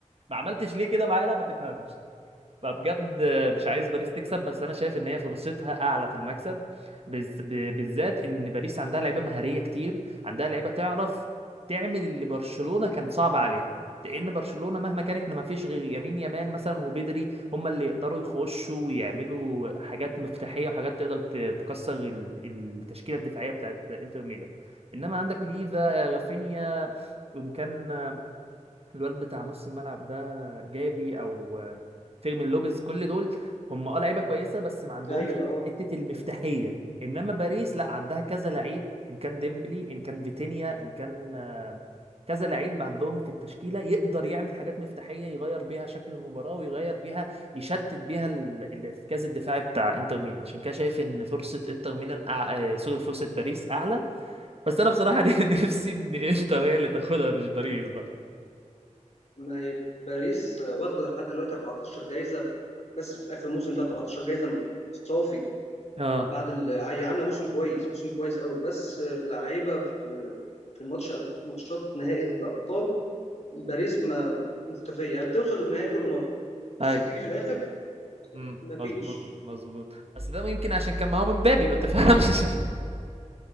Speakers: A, on the right; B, on the left.
A: ما عملتش ليه كده معانا ما تفهمش فبجد مش عايز باريس تكسب بس انا شايف ان هي فرصتها اعلى في المكسب بز- ب- بالذات ان باريس عندها لعيبه مهاريه كتير عندها لعيبه تعرف تعمل اللي برشلونه كان صعب عليها لان برشلونه مهما كان احنا ما فيش غير يمين يامال مثلا وبدري هم اللي يقدروا يخشوا ويعملوا حاجات مفتاحيه وحاجات تقدر ت- تكسر ال- التشكيله الدفاعيه بتاعت انتر ميلان انما عندك ليفا آه، رافينيا ان كان الواد بتاع نص الملعب ده جافي او فيرمين لوبيز كل دول هم اه لعيبه كويسه بس ما عندهمش
B: ايوه اه
A: حته المفتاحيه انما باريس لا عندها كذا لعيب ان كان ديمبلي ان كان فيتينيا ان كان آه، كذا لعيب عندهم في التشكيله يقدر يعمل حاجات مفتاحيه يغير بيها شكل المباراه ويغير بيها يشتت بيها ال- الارتكاز الدفاعي بتاع انتر ميلان عشان كده شايف ان فرصه انتر ميلان أع... آه، سوري فرصه باريس اعلى بس انا بصراحه <laughs> نفسي ان انتر هي اللي تاخدها مش باريس بقى
B: ما هي باريس واخده لحد دلوقتي 14 جايزه بس في الاخر الموسم ده 14 جايزه صافي
A: اه
B: بعد ال- هي عامله موسم كويس موسم كويس قوي بس اللعيبه في في الماتش ماتشات نهائي الابطال باريس ما مختفيه هي بتوصل للنهائي كل مره بس
A: ايوه
B: بتيجي في الاخر
A: امم
B: ما
A: مظبوط
B: فيش
A: مظبوط بس ده يمكن عشان كان معاهم مبابي ما تفهمش <laughs>